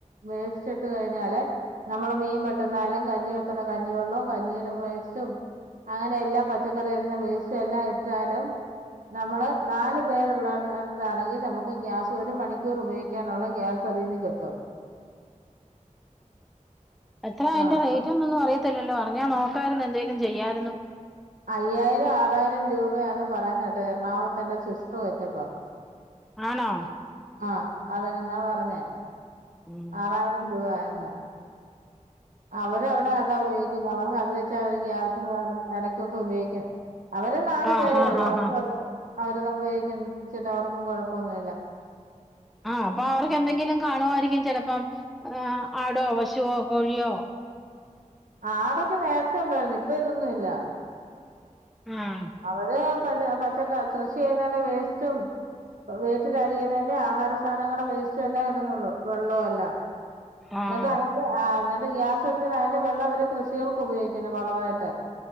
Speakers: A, on the right (about 80°); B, in the centre.
A: വേസ്റ്റിട്ട് കഴിഞ്ഞാല് നമ്മള് മീൻ വെട്ടുന്നായാലും കഞ്ഞി വെക്കുന്ന കഞ്ഞിവെള്ളോം കഞ്ഞീലെ വേസ്റ്റും അങ്ങനെ എല്ലാ പച്ചക്കറിയരിയ്ന്ന വേസ്റ്റ് എല്ലാ ഇട്ടാലും നമ്മളെ നാല് പേരുള്ളെട്ത്താണെങ്കി നമുക്ക് ഗ്യാസ് ഒരു മണിക്കൂർ ഉപയോഗിക്കാനൊള്ള ഗ്യാസ് അതീന്ന് കിട്ടും
B: എത്രാ അയ്ന്റെ
A: ആഹ്
B: റേറ്റുംതൊന്നും
A: അപ്പൊ
B: അറിയത്തില്ലല്ലോ അറിഞ്ഞാ നോക്കായ്ര്ന്ന് എന്തേലും ചെയ്യാര്ന്നു
A: അയ്യായിരം ആറായിരം രൂപയാന്ന് പറയണ കേട്ടെ എർണാകുളത്തെന്റെ സിസ്റ്റർ വെച്ചപ്പൊ
B: ആണോ
A: ആഹ് അത് തന്നെന്നാ പറഞ്ഞേ
B: ഉം
A: ആറായിരം രൂപ ആയെന്ന് അവരവ്ടെ അതാ ഉപയോഗിക്ക്ന്നെ അവർക്കത് വെച്ചവര് ഗ്യാസിന് പകരം ഇടയ്ക്കൊക്കെ ഉപയോഗിക്കും അവര് നാല്
B: ആഹ്
A: പേരേ
B: ഹാ
A: ഒള്ളൂ
B: ഹാ
A: അവർക്കത്
B: ഹാ
A: അവരത് ഉപയോഗിക്കിച്ച്ട്ട് അവർക്കും കൊഴപ്പൊന്നുവില്ല
B: ആഹ് അപ്പവർക്കെന്തെങ്കിലും കാണുവായിരിക്കും ചേലപ്പം ആഹ്. ആടോ പശുവോ കോഴിയോ
A: ആടൊക്കെ നേരത്തെ ഒണ്ടായിര്ന്ന് ഇപ്പൊ ഇതൊന്നുവില്ല
B: ആഹ്
A: അവര് പച്ച പച്ചക്ക കൃഷി ചെയ്യുന്നേന്റെ വേസ്റ്റും വീട്ടിലരിയുന്നേന്റെം ആഹാര സാനങ്ങടെ വേസ്റ്റുവെല്ലാം ഇട്ന്നൊള്ളൂ വെള്ളവുവെല്ലാം
B: ആഹ്
A: ന്നട്ട് അയ്ന്റെ ആഹ് ന്നട്ട് ഗ്യാസ് എടുത്തിട്ടയ്ന്റെ വെള്ളവര് കൃഷികൾക്കുപയോഗിക്കും പിന്നെ വളവായിട്ട്